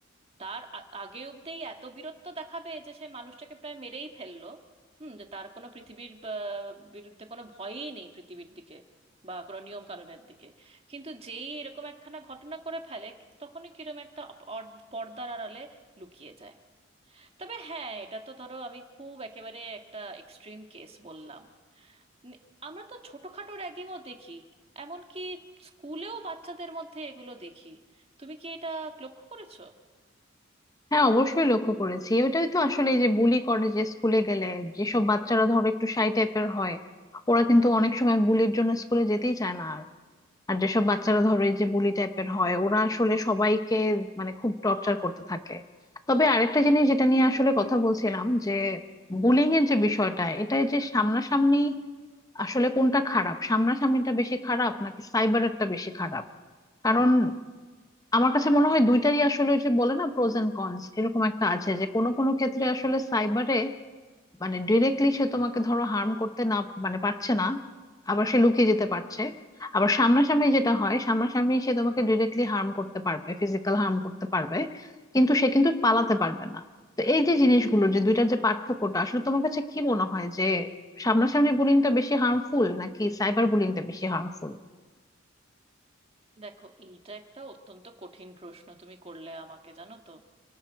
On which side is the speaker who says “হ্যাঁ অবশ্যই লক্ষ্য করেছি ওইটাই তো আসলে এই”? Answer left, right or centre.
Left